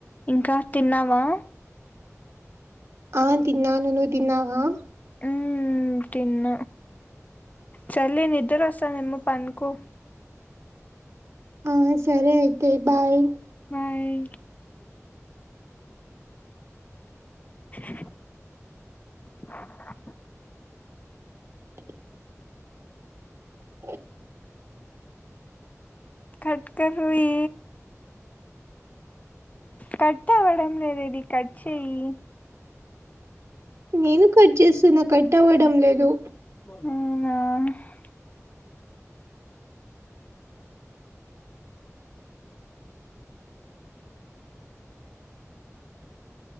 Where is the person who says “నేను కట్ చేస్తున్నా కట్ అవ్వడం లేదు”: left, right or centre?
Right